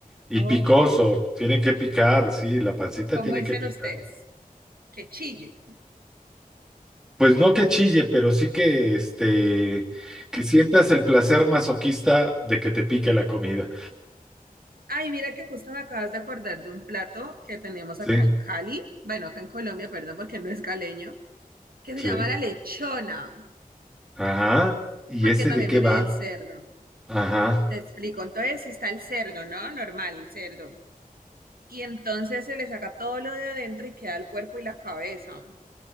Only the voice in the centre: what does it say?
y
picoso,
tiene que picar, sí, la pancita
tiene
que picar.
Pues no que chille, pero sí que este que sientas el placer masoquista de que te pique la comida.
Sí,
sí.
Ajá. ¿Y
ese
de qué
va?
Ajá.